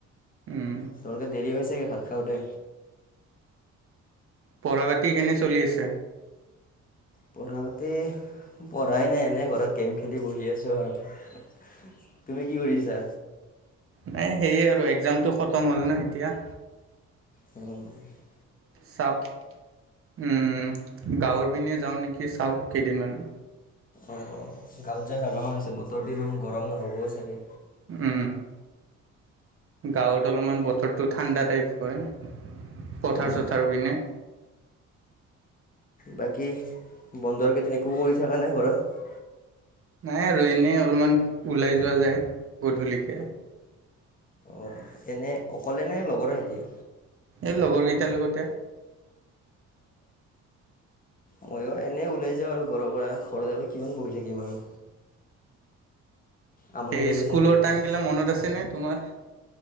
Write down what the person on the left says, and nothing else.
তোমালোকে দেৰি হয় চাগে ভাত খাওঁতে?
পঢ়া পাতি পঢ়াই নাই, এনেই ঘৰত গেম খেলি বহি আছোঁ আৰু। তুমি কি কৰিছা?
অ <unintelligible>
অ অ গও যা হালা হৈছে বতৰটো ইমান গৰম নহ'বও চাগে,
অঁ,
বাকী বন্দৰ তেনেকৈও কৰি থাকা নাই ঘৰত?
অঁ এনে অকলে নে লগৰ সিঁতি?
মই অ এনেই ওলাই যাওঁ আৰু ঘৰৰ পৰা ঘৰত আৰু কিমান বহি থাকিম আৰু। আমনি
লাগি
যায় বহি বহি।